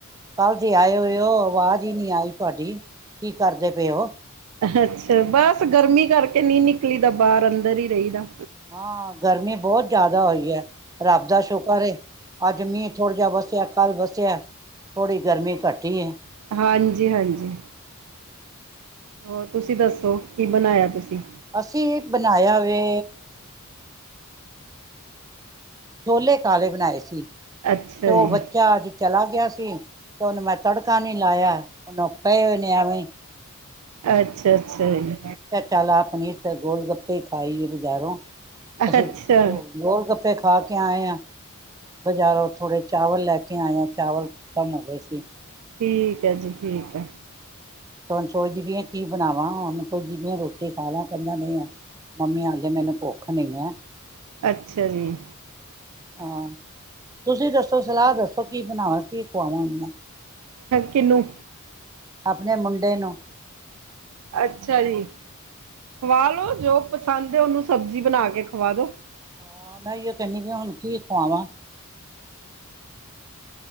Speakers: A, on the right (about 15°); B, on the right (about 75°).
A: ਕੱਲ ਦੇ ਆਏ ਹੋਏ ਓ ਵਾਜ ਈ ਨਈ ਆਈ ਤੁਆਡੀ। ਕੀ ਕਰਦੇ ਪੇਓ?
B: ਅੱਛਾ, ਬਸ ਗਰਮੀ ਕਰਕੇ ਨੀ ਨਿਕਲੀ ਦਾ ਬਾਰ ਅੰਦਰ ਈ ਰਈਦਾ।
A: ਹਾਂ, ਗਰਮੀ ਬੋਤ ਜਾਦਾ ਹੋਈ ਐ। ਰੱਬ ਦਾ ਸ਼ੁਕਰ ਏ। ਅੱਜ ਮੀਂ ਥੋੜਾ ਜਾ ਵੱਸੇਆ ਕੱਲ ਵੱਸੇਆ ਐ ਥੋੜੀ ਗਰਮੀ ਘਟੀ ਏ।
B: ਹਾਂਜੀ ਹਾਂਜੀ। ਹੋਰ ਤੁਸੀ ਦੱਸੋ ਕੀ ਬਨਾਏਆ ਤੁਸੀ?
A: ਅਸੀ ਬਨਾਏਆ ਵੇ ਛੋਲੇ ਕਾਲੇ ਬਣਾਏ ਸੀ। ਤੇ
B: ਅੱਛਾ
A: ਓ
B: ਜੀ
A: ਬੱਚਾ ਅੱਜ ਚਲਾ ਗੇਆ ਸੀ। ਤੇ ਓਨ ਮੈਂ ਤੜਕਾ ਨੀ ਲਾਏਆ, ਹੁਨ ਓ ਪਏ ਹੋਏ ਨੇ ਐਵੇਂ ਈ।
B: ਅੱਛਾ ਅੱਛਾ ਜੀ।
A: ਚਲ ਆ ਪਨੀਰ ਫੇਰ ਗੋਲ ਗੱਪੇ ਈ ਖਾਈਏ ਬਜਾਰੋਂ। ਅਸੀ
B: ਅੱਛਾ
A: ਗੋਲ ਗੱਪੇ ਖਾ ਕੇ ਆਏ ਆਂ। ਬਜਾਰੋਂ। ਥੋੜ ਚਾਵਲ ਲੈ ਕੇ ਆਏ ਆਂ ਚਾਵਲ ਖਤਮ ਹੋ ਗੇਸੀ।
B: ਠੀਕ ਐ ਜੀ ਠੀਕ ਐ।
A: ਹੁਣ ਸੋਚਦੀ ਪੀਆਂ ਕੀ ਬਣਾਵਾਂ? ਓਨੂੰ ਪੋਛਦੀ ਪੀਆਂ ਰੋਟੀ ਖਾ ਲੈ ਕੈਂਦਾ ਨੀ ਆ ਮੰਮੀ ਹਾਲੇ ਮੈਨੂੰ ਭੁੱਖ ਨਈ ਐ।
B: ਅੱਛਾ ਜੀ।
A: ਹਾਂ, ਤੁਸੀ ਦੱਸੋ ਸਲਾਹ ਦੱਸੋ ਕੀ ਬਣਾਵਾਂ ਕੀ ਖਵਾਵਾਂ ਓਨੂੰ ਮੈਂ?
B: ਕਿਨੂੰ,
A: ਆਪਣੇ ਮੁੰਡੇ ਨੂੰ
B: ਅੱਛਾ ਜੀ। ਖਵਾ ਲੋੋ ਜੋ ਪਸੰਦ ਏ ਓਨੂੰ ਸਬਜੀ ਬਨਾ ਕੇ ਖਵਾ ਦੋ।
A: ਹਾਂ ਮੈਂ ਓਈ ਓ ਕੇਨੀ ਪੀ ਆਂ ਹੁਨ ਕੀ ਖਵਾਵਾਂ?